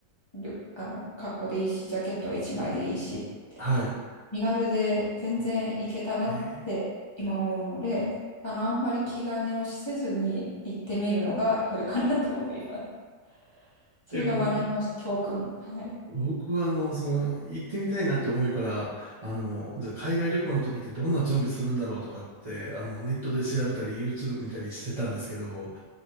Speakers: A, on the left (about 20°); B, on the right (about 25°).
A: りょあの、格好でいいし、ジャケットは一枚でいいし、
B: はい。
A: 身軽で全然いけたなって今思うので、
B: えー
A: あの、あんまり気兼ねをせずに行ってみるのが良いかなと思います。<laughs> それが学びました、
B: いや、こ
A: 教訓。はい。
B: う、僕は、あの、その、行ってみたいなって思いから、あの、じゃあ、海外旅行の時ってどんな準備するんだろうとかって、あの、ネットで調べたり、YouTube 見たりしてたんですけど、